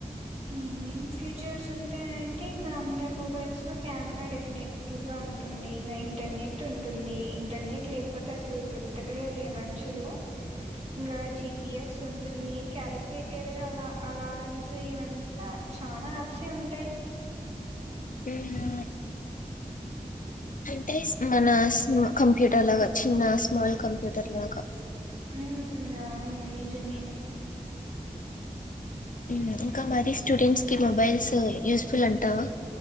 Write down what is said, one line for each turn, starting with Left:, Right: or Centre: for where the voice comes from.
Right: హే మి ఎం ఫ్యూచర్స్ ఉంటాయంటే ఇంకా అందర్ మొబైల్స్ లో కెమెరా డెఫినెట్గ్ల ఉన్ టుంది ఇంగా ఇంటర్నెట్ ఉంటుంది ఇంటర్నెట్ లేకపోతే అసల్ బ్రతకలేర్లే మనుషులు ఇంగ జిపిఎస్ ఉంటుంది కాలిక్యలేటెర్ అలా అలారమ్స్ ఇవంతా చాలా యాప్సే ఉంటాయి
Left: ఉ హా అంటేస్ మన అస్ కంప్యూటర్ లాగా చిన్న స్మాల్ కంప్యూటర్ లాగా
Right: ఉమ్ అవును నిజమే
Left: హు ఇంకా మరీ స్టూడెంట్స్ కి మొబైల్స్ యూస్ ఫుల్ అంటావా